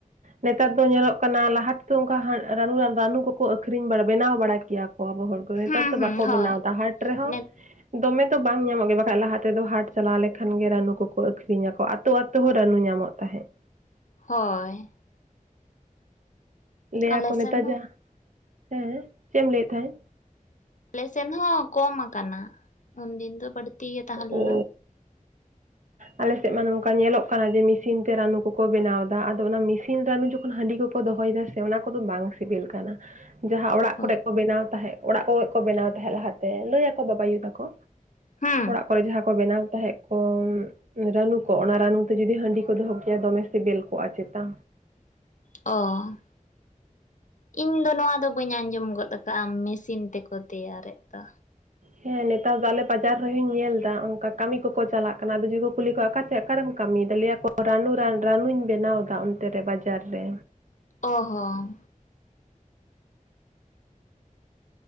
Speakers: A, on the right (about 65°); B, on the left (about 65°).
A: ᱱᱮᱛᱟᱨ ᱫᱚ ᱧᱮᱞᱚᱜ ᱠᱟᱱᱟ ᱞᱟᱦᱟ ᱛᱮᱫᱚ ᱚᱱᱠᱟ ᱨᱟᱱᱩ ᱨᱟᱹᱱᱩ ᱠᱚᱠᱚ ᱟᱹᱠᱷᱨᱤᱧ ᱵᱟᱲᱟ ᱵᱮᱱᱟᱣ ᱵᱟᱲᱟ ᱠᱮᱭᱟ ᱠᱚ᱾ ᱟᱵᱚ ᱦᱚᱲ ᱠᱚ ᱱᱮᱛᱟᱨ
B: ᱦᱩᱸ
A: ᱫᱚ
B: ᱦᱩᱸ
A: ᱵᱟᱠᱚ
B: ᱦᱳᱭ
A: ᱵᱮᱱᱟᱣᱫᱟ ᱦᱟᱴ ᱨᱮᱦᱚᱸ
B: ᱱᱤᱛ
A: ᱫᱚᱢᱮ ᱫᱚ ᱵᱟᱝ ᱧᱟᱢᱚᱜ ᱜᱮᱭᱟ ᱵᱟᱠᱷᱟᱡ ᱫᱚ ᱞᱟᱦᱟ ᱛᱮᱫᱚ ᱦᱟᱴ ᱪᱟᱞᱟᱣ ᱞᱮᱠᱷᱟᱱ ᱜᱮ ᱨᱟᱹᱱᱩ ᱠᱚᱠᱚ ᱟᱹᱠᱷᱨᱤᱧᱟᱠᱚ ᱟᱛᱳ ᱟᱛᱳ ᱦᱚᱸ ᱨᱟᱹᱱᱩ ᱧᱟᱢᱚᱜ ᱛᱟᱦᱮᱸᱫ
B: ᱦᱚᱭ
A: ᱞᱟᱹᱭᱟᱠᱚ
B: ᱟᱞᱮ
A: ᱱᱮᱛᱟᱨ
B: ᱥᱮᱱ ᱦᱚᱸ
A: ᱡᱟ ᱦᱮᱸ ᱪᱮᱫ ᱮᱢ ᱞᱟᱹᱭᱮᱫ ᱛᱟᱦᱮᱸᱱ
B: ᱟᱞᱮ ᱥᱮᱱ ᱦᱚᱸ ᱠᱚᱢ ᱟᱠᱟᱱᱟ ᱩᱱᱫᱤᱱ ᱫᱚ ᱵᱟᱹᱲᱛᱤ ᱜᱮ ᱛᱟᱦᱮᱸ
A: ᱚ
B: ᱞᱮᱱᱟ
A: ᱟᱞᱮ ᱥᱮᱫ ᱢᱟ ᱱᱚᱝᱠᱟ ᱧᱮᱞᱚᱜ ᱠᱟᱱᱟ ᱡᱮ ᱢᱤᱥᱤᱱ ᱛᱮ ᱨᱟᱱᱩ ᱠᱚᱠᱚ ᱵᱮᱱᱟᱣᱫᱟ ᱟᱫᱚ ᱚᱱᱟ ᱢᱮᱥᱤᱱ ᱨᱟᱹᱱᱟᱱᱩ ᱡᱚᱠᱷᱚᱱ ᱦᱟᱺᱰᱤ ᱠᱚᱠᱚ ᱫᱚᱦᱚᱭᱮᱫᱟ ᱚᱱᱟ ᱠᱚᱫᱚ ᱵᱟᱝ ᱥᱤᱵᱤᱞ ᱠᱟᱱᱟ ᱡᱟᱦᱟᱸ ᱚᱲᱟᱜ ᱠᱚᱨᱮᱜ
B: ᱚ
A: ᱠᱚ ᱵᱮᱱᱟᱣ ᱛᱟᱦᱮᱸᱜ ᱚᱲᱟᱜ ᱠᱚᱨᱮ ᱠᱚ ᱵᱮᱱᱟᱣ ᱛᱟᱦᱮᱸᱜ ᱞᱟᱦᱟᱛᱮ ᱞᱟᱹᱭ ᱟᱠᱚ ᱵᱟᱵ ᱟᱭᱳ ᱛᱟᱠᱚ
B: ᱦᱟᱸ
A: ᱚᱲᱟᱜ ᱠᱚᱨᱮ ᱡᱟᱦᱟᱸ ᱠᱚ ᱵᱮᱱᱟᱣ ᱛᱟᱦᱮᱸᱫ ᱠᱚ ᱨᱟᱹᱱᱩ ᱠᱚᱜ ᱚᱱᱟ ᱨᱟᱱᱩ ᱛᱮ ᱡᱩᱫᱤ ᱦᱟᱺᱰᱤ ᱠᱚ ᱫᱚᱦᱚ ᱠᱮᱭᱟ ᱫᱚᱢᱮ ᱥᱤᱵᱤᱞ ᱠᱚᱜᱼᱟ ᱪᱮᱛᱟ
B: ᱚ ᱤᱧ ᱫᱚ ᱱᱚᱣᱟ ᱫᱚ ᱵᱟᱹᱧ ᱟᱸᱡᱚᱢ ᱜᱚᱫ ᱟᱠᱟᱫᱼᱟ ᱢᱮᱥᱤᱱ ᱛᱮᱠᱚ ᱛᱮᱭᱟᱨᱮᱫ ᱫᱚ
A: ᱦᱮᱸ ᱱᱮᱛᱟᱨ ᱫᱚ ᱟᱞᱮ ᱵᱟᱡᱟᱨ ᱨᱮᱦᱚᱧ ᱧᱮᱞ ᱮᱫᱟ ᱚᱱᱠᱟ ᱠᱟᱹᱢᱤ ᱠᱚᱠᱚ ᱪᱟᱞᱟᱜ ᱠᱟᱱᱟ ᱟᱫᱚ ᱡᱩᱫᱤ ᱠᱩᱞᱤ ᱠᱚᱣᱟ ᱟᱠᱟᱛᱮ ᱚᱠᱟᱨᱮᱢ ᱠᱟᱹᱢᱤᱭᱮᱫᱟ ᱨᱟᱱᱩ ᱨᱟᱱ ᱨᱟᱱᱩᱧ ᱵᱮᱱᱟᱣ ᱮᱫᱟ ᱚᱱᱛᱮ ᱨᱮ ᱵᱟᱡᱟᱨ ᱨᱮ
B: ᱚ ᱦᱚᱸ